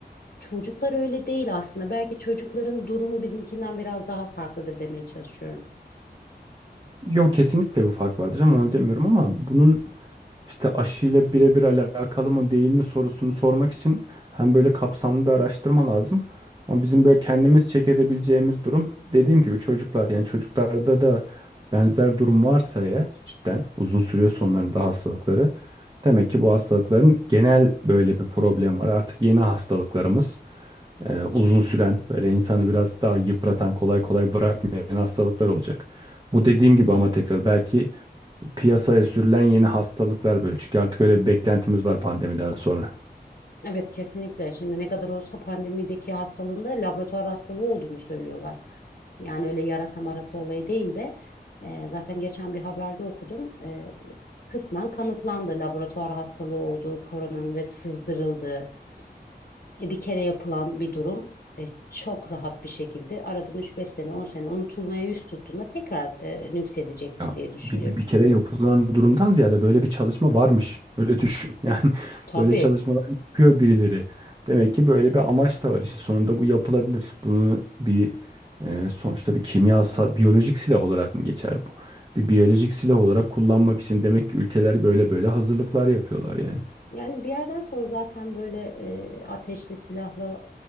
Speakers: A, on the left (about 60°); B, on the right (about 25°).
A: Çocuklar öyle değil aslında. Belki çocukların durumu bizimkinden biraz daha farklıdır demeye çalışıyorum.
B: Yok kesinlikle bir fark vardır ama onu demiyorum ama bunun işte aşıyla birebir alakalı mı değil mi sorusunu sormak için hem böyle kapsamlı bir araştırma lazım. Ama bizim böyle kendimiz check edebileceğimiz durum dediğim gibi çocuklar yani çocuklarda da benzer durum varsa eğer cidden uzun sürüyor sonlarında hastalıkları. Demek ki bu hastalıkların genel böyle bir problem var. Artık yeni hastalıklarımız e, uzun süren böyle insanı biraz daha yıpratan kolay kolay bırakmayan hastalıklar olacak. Bu dediğim gibi ama tekrar belki piyasaya sürülen yeni hastalıklar böyle. Çünkü artık öyle bir beklentimiz var pandemiden sonra.
A: Evet kesinlikle. Şimdi ne kadar olsa pandemideki hastalığında laboratuvar hastalığı olduğunu söylüyorlar. Yani öyle yarasa marası olayı değil de e, zaten geçen bir haberde okudum. E, kısmen kanıtlandı laboratuvar hastalığı olduğu, koronanın ve sızdırıldığı e, bir kere yapılan bir durum. E, çok rahat bir şekilde aradan üç beş sene 10 sene unutulmaya yüz tuttuğunda tekrar e, nüksedecektir
B: Ya
A: diye düşünüyorum.
B: bir, bir, bir kere yapılan durumdan ziyade böyle bir çalışma varmış. Öyle düşün. <laughs> Yani
A: Tabii
B: böyle çalışmalar yapıyor birileri. Demek ki böyle bir amaç da var. İşte sonunda bu yapılabilir. Bunu bir e, sonuçta bir kimyasal, biyolojik silah olarak mı geçer bu? Bir biyolojik silah olarak kullanmak için demek ki ülkeler böyle böyle hazırlıklar yapıyorlar yani.
A: Yani bir yerden sonra zaten böyle e, ateşli silahlı